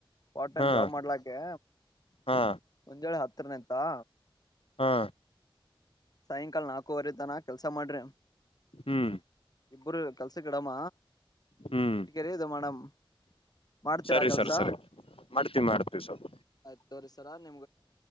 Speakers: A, on the left; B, on the left.
A: ಪಾರ್ಟ್ ಟೈಮ್
B: ಹಾ
A: ಜಾಬ್ ಮಾಡ್ಲಾಕೆ
B: ಹಾ
A: ಮುಂಜಳೆ ಹತ್ತರನ ಬಾ.
B: ಹಾ
A: ಸಾಯಂಕಾಲ್ ನಾಲ್ಕು ಕುವರಿ ತಾನ ಕೆಲ್ಸ ಮಾಡ್ರಿ
B: ಹ್ಮ್
A: ಇಬ್ರು ಕೆಲ್ಸಕಿಡಮ
B: ಹ್ಮ್
A: ಇಟ್ಕರಿ ಇದು ಮಾಡಮ್ ಮಾಡ್ತೀರಾ
B: ಸರಿ
A: ಕೆಲ್ಸ
B: ಸರ್ ಸರಿ ಮಾಡ್ತೀವಿ ಮಾಡ್ತೀವಿ ಸರ್
A: ಆಯ್ತ ತೋರಿ ಸರ ನಿಮ್ಗೆ